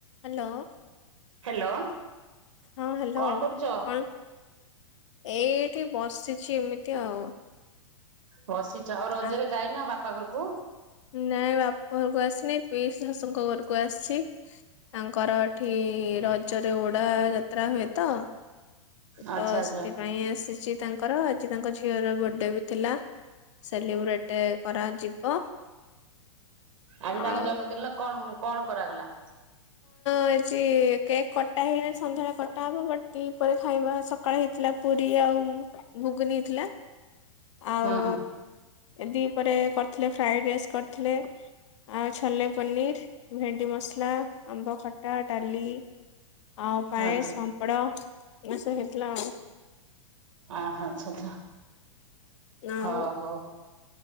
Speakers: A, on the left; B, on the right.
A: Hello
B: hello.
A: ହଁ ହାଲୋ
B: କଣ କରୁଛ?
A: କଣ? ଏଇଠି ବସିଛି ଏମିତି ଆଉ।
B: ବସିଛ ଆଉ ରଜରେ
A: ଆ
B: ଯାଇନ ବାପା ଘରୁକୁ?
A: ନାଇଁ ବାପ ଘରକୁ ଆସିନି ପିଇସି ଶାଶୁଙ୍କ ଘରକୁ ଆସିଛି ତାଙ୍କର ଏଠି ରଜରେ ଉଡା ଯାତ୍ରା ହୁଏ ତ।
B: ଆଚ୍ଛା
A: ତ
B: ଆଚ୍ଛା।
A: ସେଥିପାଇଁ ଆସିଚି ତାଙ୍କର ଆଜି ତାଙ୍କ ଝିଅର ବଡେ ବି ଥିଲା। ସେଲିବ୍ରେଟ୍ କରାଯିବ।
B: ଆଜି
A: ଆଉ
B: ତାଙ୍କ ଜନ୍ମଦିନରେ କଣ କଣ କରାଗଲା?
A: ଆଜି କେକ୍ କଟା ହେଇନି ସନ୍ଧ୍ୟାଳେ କଟା ହବ ବଟ୍ ଦି ପହରେ ଖାଇବା ସକାଳେ ହେଇ ଥିଲା ପୁରୀ ଆଉ ଘୁଗୁନି ଥିଲା ଆଉ
B: ହଁ।
A: ଦି ପରେ କରିଥିଲେ ଫ୍ରାଏଡ଼ ରାଇସ୍ କରିଥିଲେ ଆଉ ଛୋଲେ ପନିର। ଭେଣ୍ଡି ମସଲା, ଆମ୍ବ ଖଟା, ଡାଲି ଆଉ ପାମ୍ପ
B: ଆଚ୍ଛା
A: ଡ ଏଇନା ସବୁ ହେଇଥିଲା ଆଉ।
B: ଆହା ଆଚ୍ଛ ଆଚ୍ଛା।
A: ଆଉ
B: ହ ହଉ